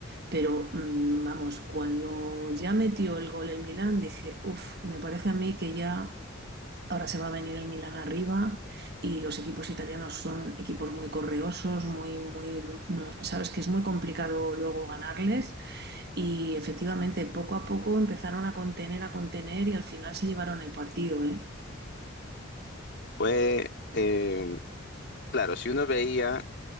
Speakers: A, on the right (about 55°); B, on the left (about 60°).
A: pero mm, vamos, cuando ya metió el gol el Milán, dije, uff, me parece a mí que ya... Ahora se va a venir el Milán arriba y los equipos italianos son equipos muy correosos, muy, muy, lu- mm, sabes que es muy complicado luego ganarles. Y efectivamente, poco a poco empezaron a contener, a contener y al final se llevaron el partido. ¿eh?
B: fue, eh, claro, si uno veía